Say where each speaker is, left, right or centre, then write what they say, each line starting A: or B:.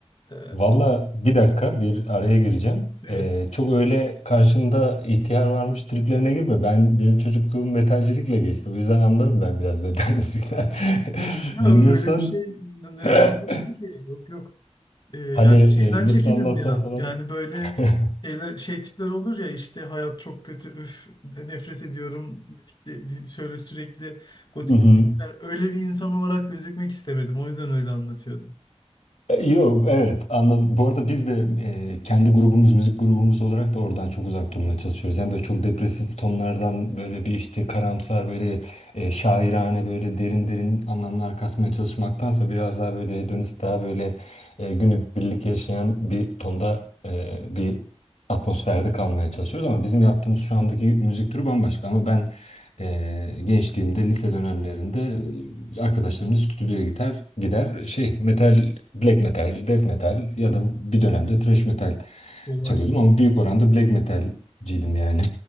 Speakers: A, on the left; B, on the left.
A: e,
B: valla bir dakika bir araya gireceğim.
A: evet.
B: Eee, çok öyle karşında ihtiyar varmış triplerine girme. Ben benim çocukluğum metalcilikle geçti. O yüzden anlarım ben biraz metal <laughs> müzikler.
A: Yok
B: <laughs>
A: ya
B: Dinliyorsan
A: öyle bir şey neden
B: <laughs>
A: anlaşıldı ki? Yok yok. Ee, yani
B: hani eee,
A: şeyden çekindin
B: nasıl anlatsam
A: bir an.
B: falan.
A: Yani böyle
B: <laughs>
A: şeyler, şey tipler olur ya işte hayat çok kötü, üf nefret ediyorum. Müzik de- di- şöyle sürekli gotik
B: Hı hı.
A: müzikler. Öyle bir insan olarak gözükmek istemedim. O yüzden öyle anlatıyordum.
B: E, Yok, evet anladım. Bu arada biz de e, kendi grubumuz, müzik grubumuz olarak da oradan çok uzak durmaya çalışıyoruz. Yani böyle çok depresif tonlardan böyle bir işte karamsar böyle e, şairane böyle derin derin anlamlar kasmaya çalışmaktansa biraz daha böyle hedonist daha böyle e, günübirlik yaşayan bir tonda e, bir atmosferde kalmaya çalışıyoruz. Ama bizim yaptığımız şu andaki müzik türü bambaşka ama ben ee, gençliğimde lise dönemlerinde e, arkadaşlarımla stüdyoya gider gider şey metal black metal death metal ya da bir dönemde thrash metal
A: Eyvah
B: çalıyordum
A: eyvah.
B: ama büyük oranda black metalciydim yani.